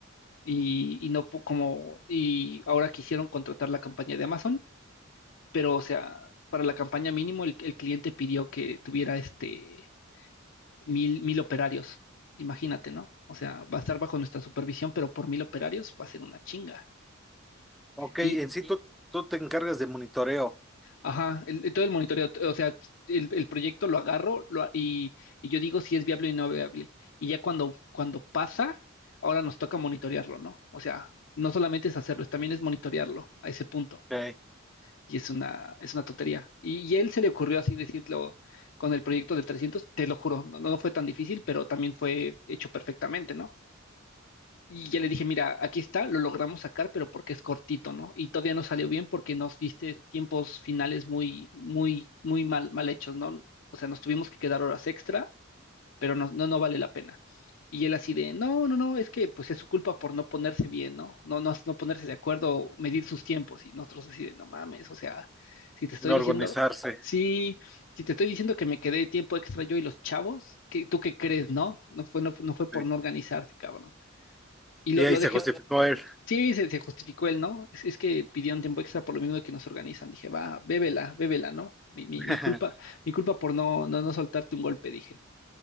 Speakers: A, on the left; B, in the centre.
A: Y, y no po- como, y ahora quisieron contratar la campaña de Amazon, pero o sea, para la campaña mínimo el, el cliente pidió que tuviera este mil, mil operarios. Imagínate, ¿no? O sea, va a estar bajo nuestra supervisión, pero por mil operarios va a ser una chinga.
B: ok,
A: Y,
B: en sí tú, tú te encargas de monitoreo,
A: ajá, el, todo el monitoreo, o sea, el, el proyecto lo agarro lo a- y, y yo digo si es viable o no viable. Y ya cuando, cuando pasa, ahora nos toca monitorearlo, ¿no? O sea, no solamente es hacerlo, es- también es monitorearlo a ese punto.
B: okay
A: Y es una, es una tontería. Y, y a él se le ocurrió así decirlo con el proyecto de 300 te lo juro, no, no fue tan difícil, pero también fue hecho perfectamente, ¿no? Y ya le dije, mira, aquí está, lo logramos sacar, pero porque es cortito, ¿no? Y todavía no salió bien porque nos diste tiempos finales muy, muy, muy mal, mal hechos, ¿no? O sea, nos tuvimos que quedar horas extra, pero no, no, no vale la pena. Y él así de, no, no, no, es que pues es su culpa por no ponerse bien, ¿no? No, no, no ponerse de acuerdo, medir sus tiempos. Y nosotros así de, no mames, o sea, si te estoy
B: no
A: diciendo,
B: organizarse.
A: sí, si te estoy diciendo que me quedé tiempo extra yo y los chavos, ¿qué, tú qué crees, no? No fue, no, fue- no fue por
B: sí.
A: no organizarse, cabrón. Y lo,
B: Y ahí
A: lo
B: se
A: dejé
B: justificó él.
A: Sí, se, se justificó él, ¿no? Es, es que pidió un tiempo extra por lo mismo de que nos organizan. Dije, va, bébela, bébela, ¿no? Mi, mi,
B: <laughs>
A: mi culpa, mi culpa por no, no, no soltarte un golpe, dije.